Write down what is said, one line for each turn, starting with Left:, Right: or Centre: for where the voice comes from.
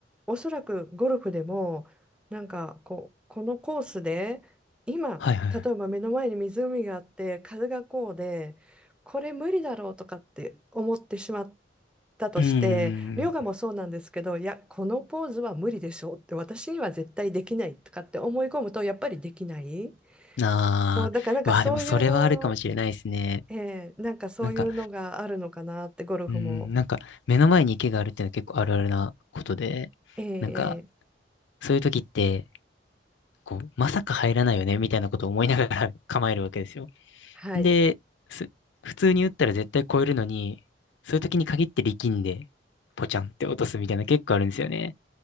Centre: おそらくゴルフでも、なんかこう、このコースで、今、
Left: はいはい。
Centre: 例えば目の前に湖があって、風がこうで、これ無理だろうとかって思ってしまったとして、
Left: うーうん
Centre: ヨガもそうなんですけど、いや、このポーズは無理でしょうって、私には絶対できないとかって思い込むと、やっぱりできない。
Left: ああ、
Centre: こうだからなんかそういうの、
Left: わあ、でもそれはあるかもしれないですね。
Centre: えーなんかそういうのがあるのかなってゴルフも。
Left: なんか、うん、なんか目の前に池があるっていうのは結構あるあるなことで、
Centre: えーえー
Left: なんかそういう時って、こう、まさか入らないよねみたいなことを思いながら <laughs> 構えるわけですよ。
Centre: はい。
Left: で、す普通に打ったら絶対超えるのに、そういう時に限って力んで、ポチャンって落とすみたいな結構あるんですよね。